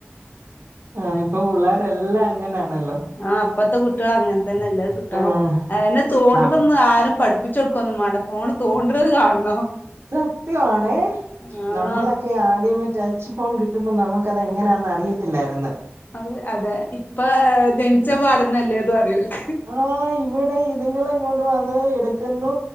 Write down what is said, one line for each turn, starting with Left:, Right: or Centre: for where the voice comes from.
Right: ആഹ് ഇപ്പൊ പുള്ളേരെല്ലാം അങ്ങനാണല്ലോ
Left: ആ ഇപ്പത്തെ കുട്ട്യള് അങ്ങൻതന്നെല്ലേ അത് കിട്ടണം
Right: ആഹ്
Left: അഅന്നെ തോണ്ട്ണൊന്നും
Right: നം
Left: ആരും പഠ <unintelligible> മാണ്ട ഫോൺ തോണ്ട്ണത് കാണണം
Right: സത്യണ
Left: ആഹ്
Right: നമ്മളൊകെ ക്ക് ആദ്യമേ ടച്ച് ഫോൺ കിട്ടുമ്പോ നമ്മക്കതെങ്ങനെന്നറിയത്തില്ലായി രുന്നു
Left: അത അതെ ഇപ്പൊ ജനിച്ച പാടന്നല്ലേതും അറിയോല്‍ക്ക്
Right: ആഹ് ഇവിടെ ഇത്ങ്ങൾ എങ്ങോണ്ടൊ അത് ഇട്ക്കുന്നു